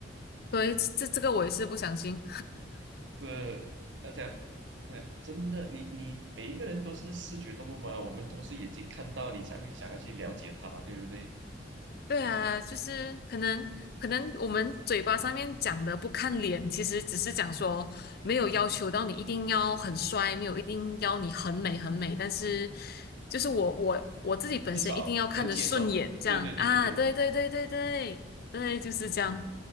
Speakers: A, on the left; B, on the right.
A: 对，这这个我也是不相信。
B: 是要讲，嗯，真的，你你每一个人都是视觉动物嘛，我们都是眼睛看到，你才会想要去了解他嘛，对不对？
A: 对啊，就是可能可能我们嘴巴上面讲的不看脸，其实只是讲说没有要求到你一定要很帅，
B: <laughs>
A: 没有一定要你很美很美，但是就是我我我自己本身一定要看着顺眼，
B: 至少能接受。
A: 这样啊，
B: 对对对对对，
A: 对对对对对对，就是这样，